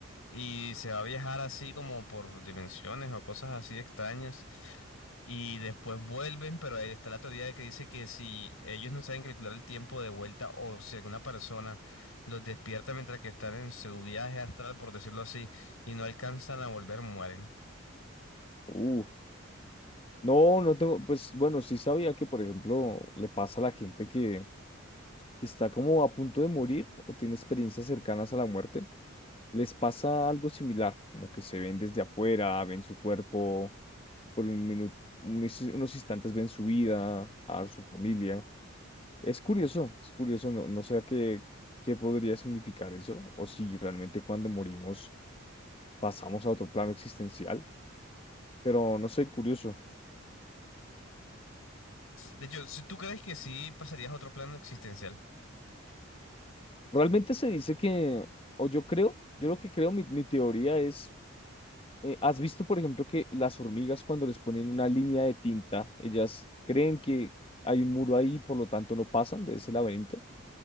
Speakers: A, on the left; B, on the left.
A: y se va a viajar así como por dimensiones o cosas así extrañas. Y después vuelven, pero ahí está la teoría de que dice que si ellos no saben calcular el tiempo de vuelta o si alguna persona los despierta mientras que están en su viaje astral, por decirlo así, y no alcanzan a volver, mueren.
B: Uh, no, no tengo, pues bueno, sí sabía que, por ejemplo, le pasa a la gente que está como a punto de morir o tiene experiencias cercanas a la muerte, les pasa algo similar, como que se ven desde afuera, ven su cuerpo por un minuto, unos, unos instantes ven su vida, a su familia Es curioso, es curioso, no, no sé a qué, qué podría significar eso, o si realmente cuando morimos pasamos a otro plano existencial, pero no sé, curioso.
A: De hecho, si tú crees que sí pasarías a otro plano existencial.
B: Realmente se dice que, o yo creo, yo lo que creo, mi, mi teoría es, eh, ¿has visto, por ejemplo, que las hormigas cuando les ponen una línea de tinta, ellas creen que hay un muro ahí, por lo tanto no pasan de ese laberinto?